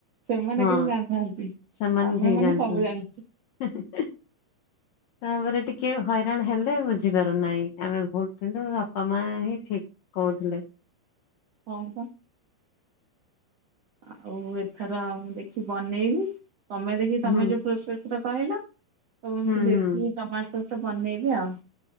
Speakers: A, on the right; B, on the left.
A: ସେମାନେ
B: ହଁ
A: କିଛି ଜାଣିନାହାନ୍ତି
B: ସେମାନେ
A: ଆମେ
B: ଠିକ
A: ମାନେ
B: ଜାଣିଛନ୍ତି।
A: ସବୁ ଜାଣିଛୁ।
B: <inaudible> ତାପରେ ଟିକେ ହଇରାଣ ହେଲେ ବୁଝିପାରୁନାହିଁ ଆମେ ଭୁଲ୍ ଥିଲୁ ବାପା ମା ହିଁ ଠିକ୍। କହୁଥିଲେ।
A: ହଁ ପା, ଆଉ ଏଥର ମୁଁ ଦେଖି ବନେଇବି ତମେ ଦେଖି ତମେ
B: ହୁଁ
A: ଯୋଉ ପ୍ରୋସେସର କହିଲ ତ ଏମିତି
B: ହୁଁ
A: ବେଶୀ
B: ହୁଁ।
A: ଟମାଟ ଶସ୍ ବନେଇବି ଆଉ।